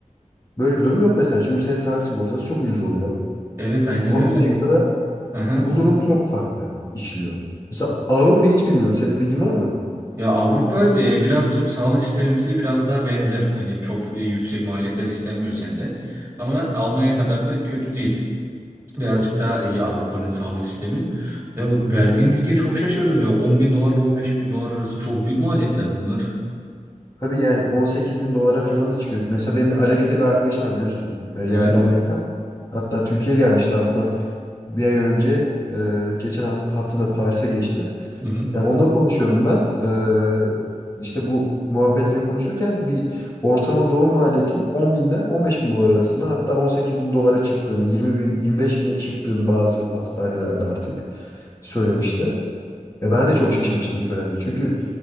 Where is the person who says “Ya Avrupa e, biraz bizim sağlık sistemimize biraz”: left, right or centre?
Right